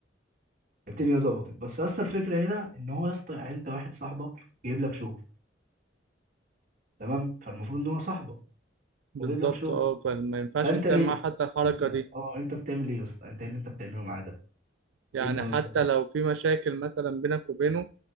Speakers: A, on the right (about 50°); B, on the right (about 85°).
A: الدنيا ظبطت بس يا اسطى الفكره هنا ان هو يا اسطى يعني انت واحد صاحبك جايب لك شغل تمام فالمفروض ان هو صاحبك
B: بالظبط
A: وجايب لك شغل
B: اه فما ينفعش
A: فانت
B: انت
A: ليه
B: معاه حتى الحركه
A: انت
B: دي
A: اه انت بتعمل ايه يا اسطى انت ايه اللي انت بتعمله معاه ده
B: يعني
A: ايه اللي
B: حتى
A: حصل
B: لو في مشاكل مثلا بينك وبينه